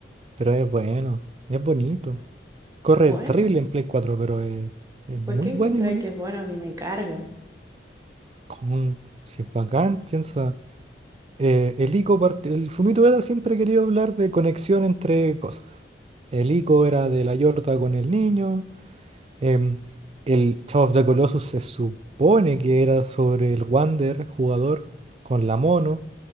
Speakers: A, on the right; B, on the right.
A: Pero es bueno. Es bonito. Corre
B: Bueno,
A: terrible en Play 4, pero es, es muy
B: ¿por qué encontré
A: bueno y bonito.
B: que es bueno? A mí me carga.
A: Con, si es bacán, piensa. eh, el ICO part- el Fumito Eva siempre quería hablar de conexión entre cosas. El ICO era de la Yorta con el niño. Em, el Shadow of the Colossus se supone que era sobre el Wander, jugador, con la mono,